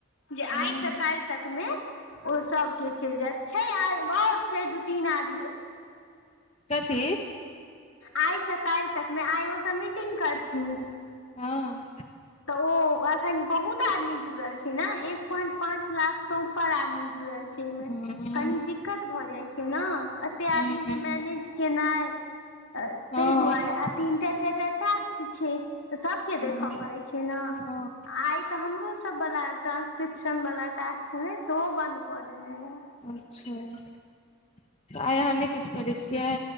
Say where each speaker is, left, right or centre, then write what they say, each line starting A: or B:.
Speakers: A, on the left (about 65°); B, on the left (about 30°).
A: जे
B: हूँ
A: आइ सकाइल तक मे ओ सबके चलि जायत छै आऔर छै दू तीन आदमी
B: कथी
A: आइसँ काइल तकमे आइ ओसबमीटिंग करथिन
B: हँ
A: तऽ ओ अखन बहुत आदमी जुड़ल छै ने एक पोइंट पांच लाख से ऊपर आद आदमी जुड़ल छै ओहिमे
B: हूँ
A: कनी दिक्कत भऽ जाइ छै ने एते आदमीके
B: हूँ हूँ
A: मैनेज केनाइ तैहि
B: हँ
A: दुआरे आ तीन टा चाइर टा टाक्स छै त सबके
B: हँ
A: देख छै ने
B: हँ
A: आइ तऽ हमरोसब वला ट्रान्स्क्रिप्शन बला टास्क ने सेहो बन्द कऽ देने रहै
B: अच्छा तऽ आइ अहाँ नहि किछ करै छियै